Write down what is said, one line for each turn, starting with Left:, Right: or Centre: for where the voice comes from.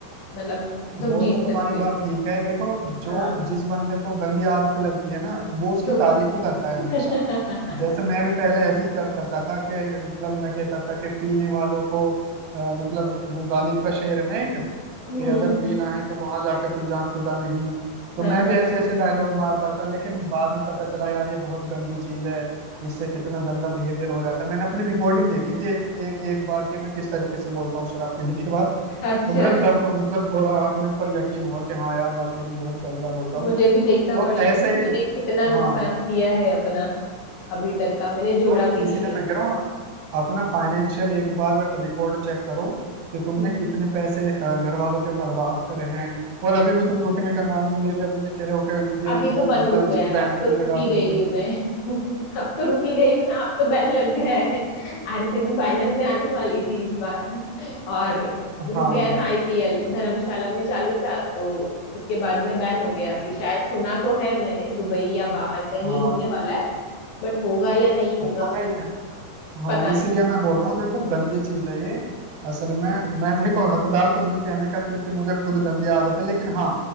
Left: मतलब तुम
Right: वो
Left: जीत
Right: तो तुम्हारी
Left: सकते
Right: बात
Left: हो
Right: ठीक है देखो जो
Left: हाँ
Right: जिस बंदे को गंदी आदत लगती है ना वो उसकी
Left: तो
Right: तारीफ ही करता है
Left: <laughs>
Right: हमेशा जैसे मैं भी पहले ऐसे ही कर, करता था कि मतलब मैं कहता था कि पीने वालों को अ, मतलब वो गालिब का शेर है ना एक
Left: हम्म
Right: कि अगर पीना है तो वहां जाके पी जहाँ खुदा नहीं तो
Left: हाँ
Right: मैं
Left: हाँ
Right: भी ऐसे ऐसे डायलॉग मारता था लेकिन बाद में पता चला यार ये बहुत गंदी चीज है इससे कितना गंदा बिहेवियर हो जाता है मैंने अपनी रिकॉर्डिंग देखी थी एक, एक, एक बार के मैं किस तरीके से बोलता हूँ शराब पीने के बाद
Left: अच्छा
Right: तो मुझे तब मतलब थोड़ा अपने ऊपर यकीन हुआ कि हाँ यार वाकई में बहुत गंदा बोलता
Left: मुझे
Right: हूँ
Left: भी देखना
Right: तो
Left: पड़ेगा
Right: ऐसे
Left: कि मैंने
Right: ही
Left: कितना नुकसान
Right: हाँ
Left: किया है अपना अभी तक का मैंने जोड़ा
Right: तो
Left: भी नहीं
Right: इसीलिए
Left: है
Right: मैं कह रहा हूँ अपना फाइनेंशियल एक बार रिकॉर्ड चेक करो कि तुमने
Left: हम्म।
Right: कितने पैसे अ, घर वालों के बर्बाद करे हैं और अभी भी तुम रुकने का नाम नहीं ले रही अभी भी कह रहे हो कि ये
Left: अभी
Right: वो
Left: तो बंद
Right: मतलब
Left: हो गया
Right: इस पर
Left: है,
Right: बैन
Left: अब
Right: क्यों
Left: तो
Right: नहीं
Left: रुकी
Right: लगा
Left: गई
Right: देते
Left: हूँ मैं <laughs> अब तो रुकी गई हूँ ना अब तो बैन लग गया है आरसीबी फाइनल में आने वाली थी इस बार <laughs> और
Right: <laughs>
Left: रुक
Right: हाँ
Left: गया ना आईपीएल धर्मशाला में चालू था तो उसके बाद में बैन हो गया अभी शायद सुना तो है मैंने दुबई या बाहर कहीं
Right: हाँ
Left: होने वाला है बट होगा या नहीं होगा
Right: तो मैं हाँ
Left: पता
Right: इसीलिए
Left: नहीं
Right: मैं बोल रहा हूँ देखो गंदी चीज है ये असल में मैं देखो हकदार तो नहीं हूँ कहने का क्योंकि मुझे खुद
Left: हम्म।
Right: गंदी आदत है लेकिन हाँ